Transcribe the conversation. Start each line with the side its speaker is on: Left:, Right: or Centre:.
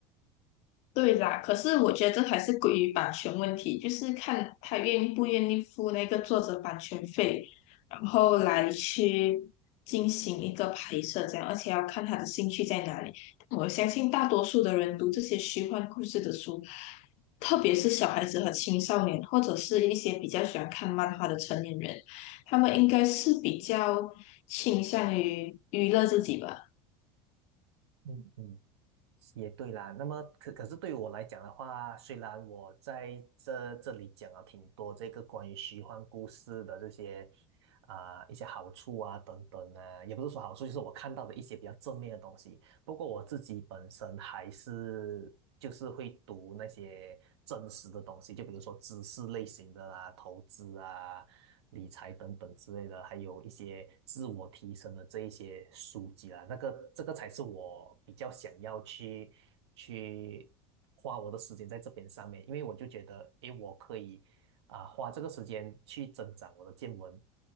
Left: 对啦，可是我觉得这还是归于版权问题，就是看他愿不愿意付那个作者版权费，然后来去进行一个拍摄这样，而且要看他的兴趣在哪里。我相信大多数的人读这些虚幻故事的书，特别是小孩子和青少年，或者是一些比较喜欢看漫画的成年人，他们应该是比较倾向于娱乐自己吧。
Right: 嗯嗯。也对啦，那么可可是对我来讲的话，虽然我在这这里讲了挺多这个关于虚幻故事的这些啊、一些好处啊等等啊，也不是说好处，就是我看到的一些比较正面的东西。不过我自己本身还是就是会读那些真实的东西，就比如说知识类型的啦、投资啊、理财等等之类的，还有一些自我提升的这一些书籍啦。那个这个才是我比较想要去去花我的时间在这边上面，因为我就觉得，诶，我可以啊，花这个时间去增长我的见闻？